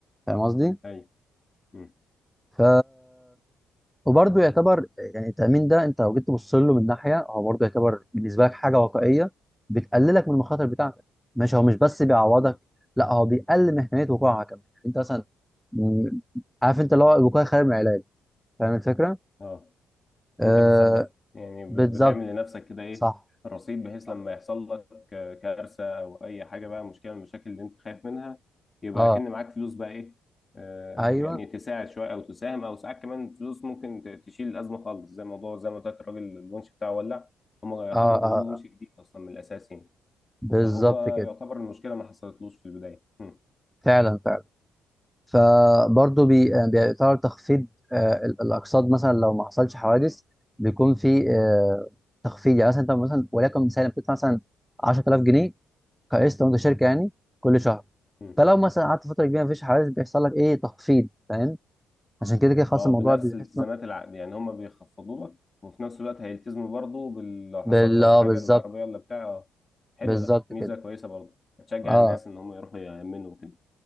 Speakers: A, in the centre; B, on the left.
A: فاهم قصدي
B: ايوه مم.
A: ف وبرضه يعتبر يعني التأمين ده أنت لو جيت تبص له من ناحية هو برضه يعتبر بالنسبة لك حاجة واقعية بتقللك من المخاطر بتاعتك ماشي هو مش بس بيعوضك
B: مم.
A: لا هو بيقلل من احتمالية وقوعها كمان يعني أنت مثلا م- عارف أنت اللي هو الوقاية خير من العلاج فاهم الفكرة؟
B: اه
A: آه
B: ان انت بتسبق يعني ب-
A: بالظبط
B: بتعمل لنفسك كده ايه
A: صح
B: الرصيد بحيث
A: صح.
B: لما يحصل لك آه، كارثه او اي حاجه بقى مشكله من المشاكل اللي انت خايف منها يبقى
A: اه
B: كأن معاك فلوس بقى ايه آه،
A: ايوه
B: يعني
A: اه
B: تساعد شويه او تساهم او ساعات كمان فلوس ممكن ت- تشيل الازمه خالص زي موضوع زي ما قلت لك الراجل الونش بتاعه ولع هم يعتبر
A: اه,
B: جابوا
A: آه.
B: له ونش جديد اصلا من الاساس يعني
A: بالظبط
B: فهو
A: كده
B: يعتبر المشكله ما حصلتلوش في البدايه م.
A: فعلا فعلا فبرضه بي- بيطار تخفيض آه، ال- الاقساط مثلا لو ما حصلش حوادث بيكون في آه، تخفيض يعني مثلا انت مثلا وليكن مثلا بتدفع مثلا 10000 جنيه كقسط وانت شركه يعني كل شهر
B: م.
A: فلو مثلا قعدت فتره كبيره مفيش حوادث بيحصل لك ايه تخفيض فاهم عشان كده كده خلاص
B: اه
A: الموضوع
B: بنفس
A: بيحس
B: الالتزامات
A: إنه-
B: العقد يعني هم بيخفضوا لك وفي نفس الوقت هيلتزموا برضه بال... لو حصل
A: بال
B: لها
A: اه
B: الحاجه
A: بالظبط
B: للعربيه ولا بتاع آه، حلو
A: بالظبط
B: ده ميزه
A: كده
B: كويسه برضه هتشجع
A: اه
B: الناس ان هم يروحوا يأمنوا وكده